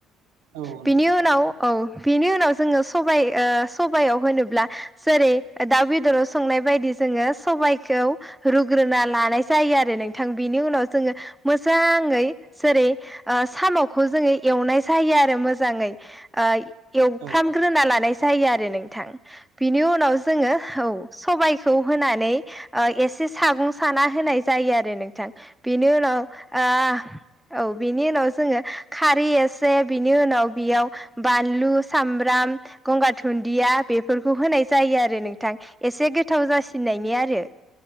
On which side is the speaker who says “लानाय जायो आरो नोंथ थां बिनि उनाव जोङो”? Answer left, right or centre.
Centre